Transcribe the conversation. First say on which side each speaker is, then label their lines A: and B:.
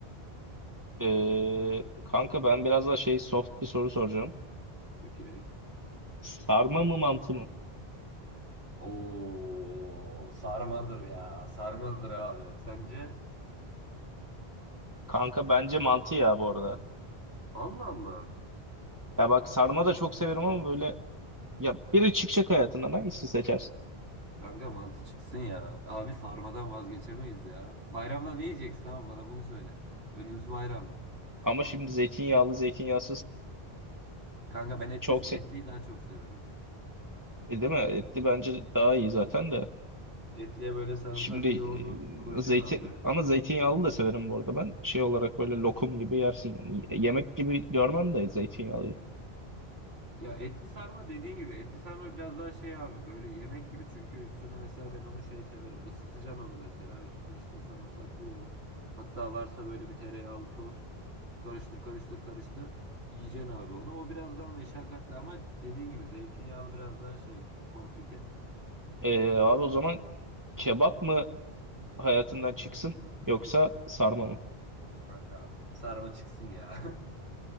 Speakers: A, on the right; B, on the right.
A: Ee, kanka ben biraz daha şey soft bir soru soracağım.
B: Okey.
A: Sarma mı mantı mı?
B: Oo sarmadır ya. Sarmadır abi. Sence?
A: Kanka bence mantı ya bu arada.
B: Allah Allah.
A: Ya bak sarma da çok severim ama böyle ya biri çıkacak hayatından hangisini seçersin?
B: Kanka mantı çıksın ya. Abi sarmadan vazgeçemeyiz ya. Bayramda ne yiyeceksin abi bana bunu söyle. Önümüz bayram.
A: Ama şimdi zeytinyağlı zeytinyağsız
B: Kanka ben etli,
A: çok se
B: etliyi daha çok severim.
A: e, değil mi? Etli bence daha iyi zaten de.
B: Etliye böyle sarımsaklı
A: Şimdi
B: yoğurdu koyacaksın
A: e, zeytin
B: abi.
A: ama zeytinyağlı da severim bu arada ben. Şey olarak böyle lokum gibi yersin yani. Y- e, Yemek gibi görmem de zeytinyağlıyı.
B: Ya etli sarma dediğin gibi etli sarma biraz daha şey abi böyle yemek gibi çünkü üstüne mesela ben onu şey severim ısıtacaksın onu mesela üstüne işte sarımsaklı yoğurt hatta varsa böyle bir tereyağlı sos karıştır karıştır karıştır yiyeceksin abi onu o biraz daha meşakkatli ama dediğin gibi zeytinyağlı biraz daha şey komplike.
A: E, abi o zaman kebap mı hayatından çıksın yoksa sarma mı?
B: Kanka sarma çıksın ya.